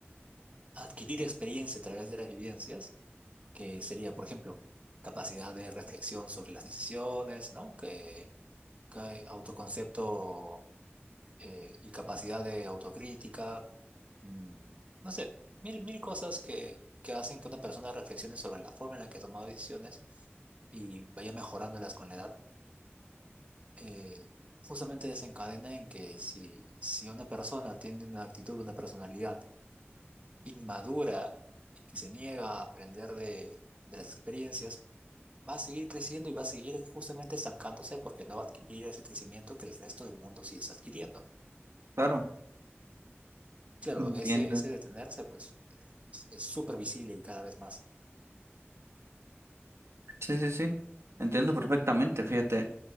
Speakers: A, on the right; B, on the right.
A: adquirir experiencia a través de las vivencias, que sería, por ejemplo, capacidad de reflexión sobre las decisiones, ¿no? Que, que autoconcepto eh, y capacidad de autocrítica, mm, no sé, mil, mil cosas que, que hacen que una persona reflexione sobre la forma en la que ha tomado decisiones y vaya mejorándolas con la edad. eh, justamente desencadena en que si, si una persona tiene una actitud, una personalidad, inmadura que se niega a aprender de, de las experiencias, va a seguir creciendo y va a seguir justamente estancándose porque no va a adquirir ese crecimiento que el resto del mundo sí está adquiriendo.
B: Claro,
A: Claro,
B: entiendo.
A: ese, ese detenerse, pues, eh, es es súper visible y cada vez más.
B: Sí, sí, sí. Entiendo perfectamente, fíjate.